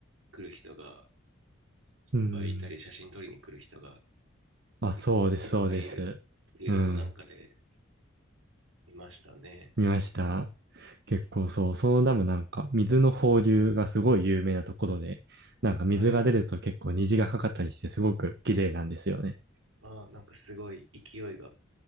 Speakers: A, on the right (about 80°); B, on the right (about 55°).
A: 来る人がいっぱいいたり、
B: うん。
A: 写真撮りに来る人が
B: あ、
A: いいっぱいいるっていうのをなんかで
B: そうです、そうです。うん。
A: 見ましたね。
B: 見ました。結構そう、そのダムなんか、水の放流がすごい有名なところで、なんか水が出ると結構虹がかかったりして、
A: はい。
B: すごく綺麗なんですよね。
A: あなんかすごい勢いが